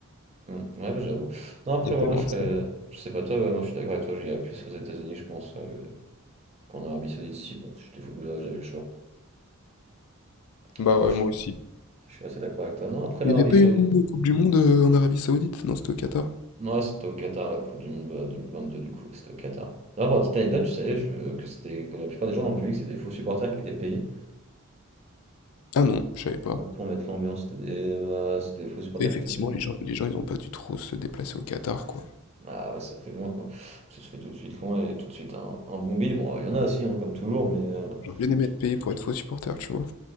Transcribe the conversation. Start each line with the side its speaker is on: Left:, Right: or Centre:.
Right: Ouais, Mm. Ouais, bah, j'avoue. Non, après,
Left: Il y a
Right: ouais,
Left: tellement
Right: moi, je
Left: de
Right: serais...
Left: stars.
Right: Je sais pas toi, ouais, moi, je suis d'accord avec toi, j'irais plus aux États-Unis, je pense, euh, qu'en Arabie Saoudite. Si, bon, si j'étais footballeur, j'avais le choix.
Left: Bah
Right: Mais ouais,
Left: ouais,
Right: je
Left: moi
Right: suis,
Left: aussi.
Right: je suis assez d'accord avec toi. Non, après l'Arabie
Left: Il n'y avait pas
Right: Saoudite.
Left: une Coupe du Monde euh, en Arabie Saoudite? Non, c'était au Qatar.
Right: Ouais, c'était au Qatar, la Coupe du Monde bah, 2022, du coup, c'était au Qatar. D'ailleurs, pour la petite anecdote, tu savais je- que, c'était, que la plupart des gens dans le public, c'était des faux supporters qui étaient payés
Left: Ah non, je savais pas.
Right: pour, pour mettre l'ambiance. C'était des, bah, c'était des faux supporters
Left: Et Effectivement,
Right: qui étaient payés.
Left: les gens, les gens, ils ont pas dû trop se déplacer au Qatar, quoi.
Right: Ah ouais, ça fait loin quoi. Ça se fait tout de suite loin et tout de suite un, un bon bide. Bon, il y en a aussi, hein, comme toujours, mais euh,
Left: J'aurais bien aimé
Right: je-
Left: être payé pour être faux supporter, tu vois.